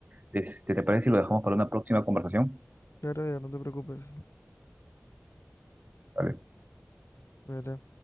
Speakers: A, on the right (about 35°); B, on the left (about 80°).
A: Este, ¿te parece si lo dejamos para una próxima conversación?
B: Claro, ya no te preocupes.
A: Vale.
B: Cuídate.